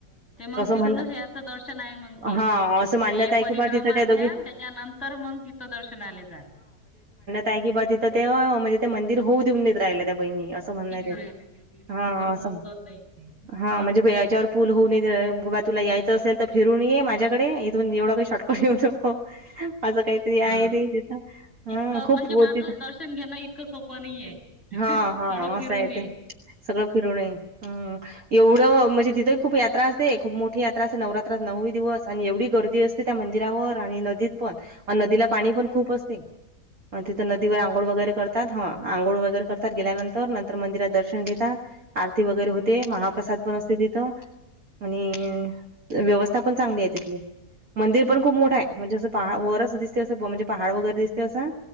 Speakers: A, in the centre; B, on the right.
A: ते मग फिरूनच
B: म्हण
A: या असं दर्शन आहे मग ते,
B: हा असं मान्यता
A: ते एक
B: आहे
A: परिक्रमा
B: की बा तिथं
A: घ्यानं
B: दोघी
A: त्या त्यानंतर मग तिथं दर्शनाले जा.
B: काय की बा तिथं त्या, म्हणजे ते मंदिर होऊ देऊन नाय राहिलत. त्या बहिणी असं म्हणनं ते,
A: फिरायला देवीच
B: हं
A: जस
B: असं
A: स्वतः येते
B: हा म्हणजे ह्याच्यावर पूल होऊ नये <unintelligible> बा तुला यायचं असेल तर फिरून येे, माझ्याकडे एवढा पण शॉर्टकट घेऊ नको, असं काहीतरी आहे
A: ह
B: ते तिथं, हं
A: एक
B: खूप
A: म्हणजे
B: व
A: माझं
B: तिथं
A: दर्शन घेणं इतकं सोप नई ये,
B: हा हा
A: थोडं फिरून
B: असं आहे
A: ये.
B: ते सगळं फिरून ये हं. एवढं म्हणजे तिथं खूप यात्रा असते, खूप मोठी यात्रा असते, नवरात्रात नऊ-ही दिवस आणि एवढी गर्दी अस तिथे त्या मंदिरावर आणि नदीत पण अन नदीला पाणी पण खूप असते. मं तिथं
A: काय
B: नदीवर आंघोळ वगैरे कर तात हा आंघोळ वगैरे करतात गेल्यानंतर, नंतर मंदिरात दर्शन घेतात. आरती वगैरे होते, महाप्रसाद पण असते तिथं अणि व्यव स्था पण चांगली आहे तिथली, मंदिर पण खूप मोठं हाय, म्हणजे असं पहा वरच दिसते असं, म्हणजे पहाड वगैरे दिसते असं.